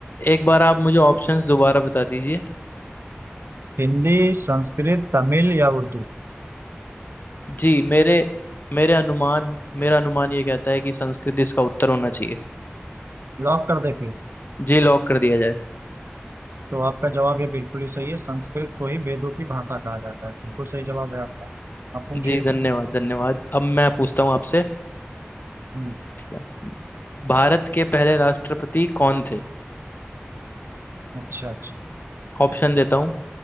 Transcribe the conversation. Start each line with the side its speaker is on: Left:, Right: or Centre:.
Left: एक बार आप मुझे ऑप्शंस दोबारा बता दीजिए
Right: हिंदी संस्कृत तमिल या उर्दू
Left: जी मेरे मेरे अनुमान मेरा अनुमान ये कहता है कि संस्कृत इसका उत्तर होना चाहिए
Right: लॉक कर दे फिर
Left: जी लॉक कर दिया जाए
Right: तो आपका जवाब ये बिल्कुल ही सही है संस्कृत को ही वेदों की भाषा कहा जाता है बिल्कुल सही जवाब है आपका आप पूछिए
Left: जी धन्यवाद धन्यवाद अब मैं पूछता हूँ आपसे
Right: हम्म,
Left: ठीक है भारत के पहले राष्ट्रपति कौन थे
Right: अच्छा अच्छा
Left: ऑप्शन देता हूँ